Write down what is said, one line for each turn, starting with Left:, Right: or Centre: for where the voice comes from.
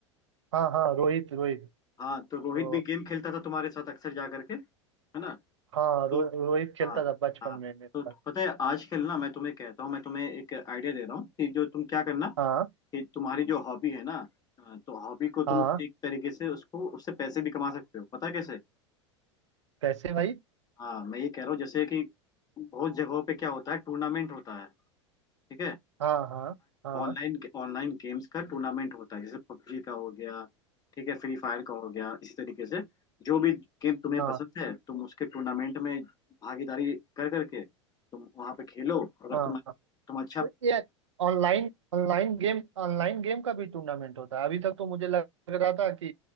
Right: हाँ हाँ रोहित रोहित
Left: हाँ तो रोहित
Right: तो
Left: भी गेम खेलता था तुम्हारे साथ अक्सर जा करके है ना
Right: हाँ रो,
Left: तो
Right: रोहित खेलता
Left: हाँ
Right: था बचपन
Left: हाँ
Right: में मेरे साथ
Left: तो पता है आजकल ना मैं तुम्हें कहता हूँ मैं तुम्हें एक आइडिया दे रहा हूँ कि जो तुम क्या करना
Right: हाँ
Left: कि तुम्हारी जो हॉबी है ना अ, तो हॉबी को तुम
Right: हाँ
Left: एक तरीके से उसको उससे पैसे भी कमा सकते हो पता है कैसे
Right: कैसे भाई
Left: हाँ मैं ये कह रहा हूँ जैसे कि बहुत जगहों पे क्या होता है टूर्नामेंट होता है ठीक है
Right: हाँ हाँ हाँ
Left: ऑनलाइन ऑनलाइन गेम्स का टूर्नामेंट होता है जैसे पबजी का हो गया ठीक है फ्री फायर का हो गया इसी तरीके से जो भी गेम तुम्हें
Right: हाँ
Left: पसंद है तुम उसके टूर्नामेंट में भागीदारी कर करके तुम वहां पे खेलो अगर
Right: हाँ
Left: तुम तुम अच्छा
Right: यार ऑनलाइन ऑनलाइन गेम ऑनलाइन गेम का भी टूर्नामेंट होता है अभी तक तो मुझे लग रहा था कि